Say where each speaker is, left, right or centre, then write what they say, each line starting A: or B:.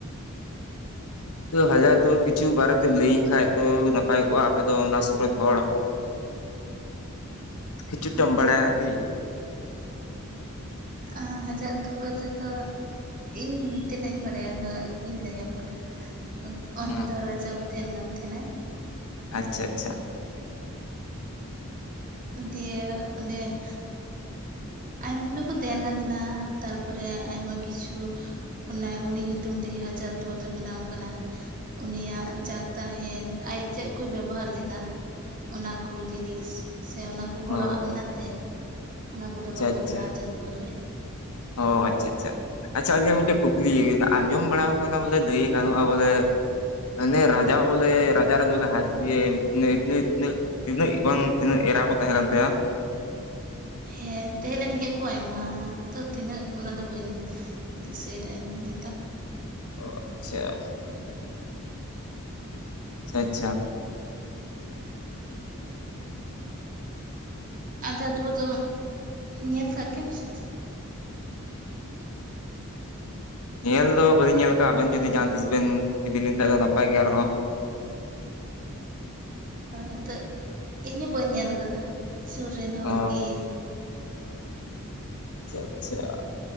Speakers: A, on the left; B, on the right.
A: ᱛᱚ ᱦᱟᱡᱟᱨ ᱫᱣᱟᱹᱨ ᱠᱤᱪᱷᱩ ᱵᱟᱨᱮᱛᱮᱢ ᱞᱟᱹᱭ ᱟᱹᱧ ᱠᱷᱟᱡ ᱫᱚ ᱱᱟᱯᱟᱭ ᱠᱚᱜᱼᱟ ᱟᱯᱮ ᱫᱚ ᱚᱱᱟ ᱥᱩᱨ ᱨᱮᱱ ᱦᱚᱲ᱾ ᱠᱤᱪᱩ
B: ᱟᱪᱪᱷᱟ
A: ᱴᱟᱢ ᱵᱟᱲᱟᱭᱟ ᱠᱤ?
B: ᱮᱸ ᱦᱟᱡᱟᱨ ᱫᱩᱣᱟᱹᱨ ᱨᱮᱫᱚ ᱤᱧ ᱛᱤᱱᱟᱹᱜ ᱤᱧ ᱵᱟᱲᱟᱭᱟ ᱩᱱᱟᱹᱜ ᱤᱧ ᱞᱟᱹᱭ ᱟᱢ ᱠᱟᱱᱟ᱾ ᱚᱸ
A: ᱦᱮᱸ
B: ᱚᱸᱰᱮ ᱫᱚ ᱨᱟᱡᱟ ᱠᱚ ᱛᱟᱦᱮᱱ ᱠᱟᱱ ᱛᱟᱦᱮᱱ ᱟᱭ
A: ᱟᱪᱪᱷᱟ ᱟᱪᱪᱷᱟ᱾
B: ᱫᱤᱭᱮ ᱚᱸᱰᱮ ᱟᱭᱢᱟ ᱚᱸᱰᱮ ᱠᱚ ᱛᱟᱦᱮᱱ ᱠᱟᱱ ᱛᱟᱦᱮᱱᱟ ᱛᱟᱨᱯᱚᱨᱮ ᱟᱭᱢᱟ ᱠᱤᱪᱷᱩ, ᱚᱱᱟ ᱩᱱᱤ ᱧᱩᱛᱩᱢ ᱛᱮᱜᱮ ᱦᱟᱡᱟᱨ ᱫᱩᱣᱟᱹᱨ ᱫᱚ ᱵᱮᱱᱟᱣ ᱠᱟᱱᱟ᱾ ᱩᱱᱤᱭᱟᱜ ᱡᱟ ᱛᱟᱦᱮᱱ ᱟᱡ ᱪᱮᱫ ᱠᱚᱭ ᱵᱮᱵᱚᱦᱟᱨ ᱞᱮᱫᱟ, ᱚᱱᱟ ᱠᱚ ᱡᱤᱱᱤᱥ ᱥᱮ ᱚᱱᱟ ᱠᱚ ᱦᱚᱲᱚᱜ-ᱟᱜ
A: ᱚ
B: ᱢᱮᱱᱟᱜ ᱛᱟᱭᱟ᱾ ᱚᱱᱟ ᱠᱚ
A: ᱟᱪᱪᱷᱟ
B: ᱫᱚᱦᱚ
A: ᱟᱪᱪᱷᱟ
B: ᱠᱟᱫᱟ ᱚᱱᱟ ᱦᱟᱡᱟᱨ ᱫᱩᱭᱟᱹᱨ ᱨᱮ᱾
A: ᱚ ᱟᱪᱪᱷᱟ ᱟᱪᱪᱷᱟ, ᱟᱪᱪᱷᱟ ᱤᱧᱟᱹᱜ ᱢᱤᱫᱴᱮᱡ ᱠᱩᱠᱞᱤ ᱚᱱᱮ ᱟᱸᱡᱚᱢ ᱵᱟᱲᱟᱣ ᱠᱟᱱᱟ ᱵᱚᱞᱮ ᱞᱟᱹᱭ ᱜᱟᱱᱚᱜᱼᱟ ᱵᱚᱞᱮ ᱢᱮᱱᱫᱤᱧ ᱨᱟᱡᱟᱣᱟᱜ ᱵᱚᱞᱮ ᱨᱟᱡᱟ ᱨᱮᱱ ᱵᱚᱞᱮ ᱦᱟᱡ <unintelligible> <unintelligible> ᱛᱤᱱᱟᱹᱜ ᱵᱟᱝ ᱛᱤᱱᱟᱹᱜ ᱮᱨᱟ ᱠᱚ ᱛᱟᱦᱮ ᱞᱮᱱ ᱠᱟᱱ ᱛᱟᱭᱟ?
B: ᱦᱮᱸ ᱛᱮᱦᱮᱸ ᱞᱮᱱ ᱜᱮᱭᱟ ᱠᱚ ᱟᱭᱢᱟ ᱟᱫᱚ ᱛᱤᱱᱟᱹᱜ ᱚᱱᱟᱫᱚ ᱵᱟᱹᱧ ᱫᱤᱥᱟᱹᱭ ᱫᱟ ᱤᱧ ᱱᱤᱛᱳᱜ᱾
A: ᱚ ᱟᱪᱪᱷᱟ᱾ ᱟᱪᱪᱷᱟ ᱟᱪᱪᱷᱟ᱾
B: <inaudible> ᱟᱫᱷᱟ ᱫᱩᱣᱟᱹ ᱫᱚ ᱧᱮᱞ ᱠᱟᱜ ᱜᱮᱭᱟᱢ ᱥᱮ ᱪᱮᱫ?
A: ᱧᱮᱞ ᱫᱚ ᱵᱟᱹᱞᱤᱧ ᱧᱮᱞ ᱠᱟᱜᱼᱟ ᱟᱵᱮᱱ ᱡᱩᱫᱤ ᱡᱟᱦᱟᱸ ᱛᱤᱥ ᱵᱮᱱ ᱤᱫᱤ ᱞᱤᱧ ᱠᱷᱟᱡ ᱫᱚ ᱱᱟᱯᱟᱭ ᱜᱮ ᱟᱨᱦᱚᱸ᱾
B: ᱟᱫᱚ ᱤᱧ ᱦᱚᱸ ᱵᱟᱹᱧ ᱧᱮᱞ ᱠᱟᱫᱟ᱾ ᱥᱩᱨ ᱨᱮᱱ ᱦᱚᱲ
A: ᱚ
B: ᱜᱤ᱾
A: ᱟᱪᱪᱷᱟ ᱟᱪᱪᱷᱟ᱾